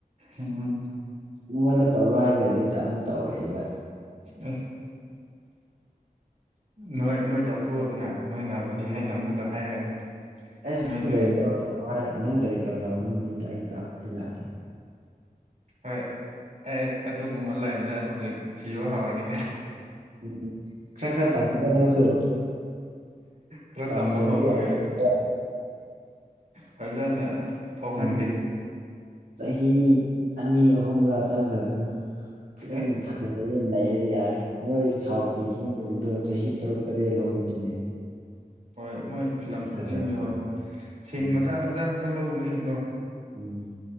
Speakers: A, on the right; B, on the right.
A: ꯎꯝ
B: ꯃꯉꯣꯟꯗ ꯇꯧꯔꯣ ꯍꯥꯏꯔꯒꯗꯤ ꯑꯃꯨꯛ ꯇꯧꯔꯣꯏꯕ
A: ꯑꯦ ꯅꯣꯏ ꯅꯣꯏ ꯇꯥꯎꯊꯣꯛꯎꯗꯅ ꯅꯣꯏ ꯉꯝꯃꯤ ꯗꯤ ꯍꯥꯏꯅ ꯑꯃꯨꯛꯀ ꯍꯥꯏꯔꯅꯤ
B: ꯑꯩꯁ
A: ꯅꯣꯏꯗꯨ
B: ꯅꯪ ꯅꯪ ꯗꯥꯏꯔꯦꯛꯇꯔ <unintelligible> ꯅꯨꯃꯤꯠꯇ ꯑꯩ ꯇꯥ ꯑꯩ ꯂꯥꯛꯀꯦ
A: ꯍꯣꯏ ꯑꯩ ꯑꯗꯨꯒꯨꯝꯕ ꯂꯥꯏꯟꯗ ꯍꯧꯖꯤꯛ ꯊꯤꯕ ꯍꯧꯔꯅꯤ
B: ꯎꯝ ꯈꯔ ꯈꯔ ꯇꯝꯃꯣ ꯅꯪꯁꯨ
A: ꯈꯔ
B: ꯇꯝꯗ꯭ꯔꯗꯤ
A: ꯇꯝꯕ ꯍꯧꯔꯒꯦ
B: ꯌꯥꯗꯕꯅꯤꯕ
A: ꯐꯖꯅ ꯐꯥꯎꯍꯟꯒꯦ
B: ꯎꯝ ꯆꯍꯤ ꯑꯅꯤ ꯑꯍꯨꯝꯔꯥ ꯆꯪꯈ꯭ꯔꯁꯤꯅ ꯐꯤꯂꯝ
A: ꯑꯦ
B: ꯐꯖꯔꯗꯤ ꯅꯩꯔꯦ ꯌꯥꯔꯦ ꯃꯣꯏ ꯁꯥꯎꯠꯀꯤ ꯐꯤꯂꯝꯒꯨꯝꯗꯣ ꯆꯍꯤ ꯇꯔꯨꯛ ꯇꯔꯦꯠ ꯂꯧꯕꯅꯤꯅꯦ
A: ꯍꯣꯏ ꯃꯣꯏ
B: ꯑꯗꯨꯒꯤ
A: ꯐꯤꯂꯝ ꯁꯨꯇꯤꯡꯗꯤ
B: ꯐꯖꯕꯅꯦ
A: ꯍꯣꯏ ꯁꯤꯟ
B: ꯎꯝ
A: ꯃꯆꯥ ꯃꯆꯥ ꯈꯛꯇꯪ ꯂꯧꯕꯅꯤꯅꯀꯣ
B: ꯎꯝ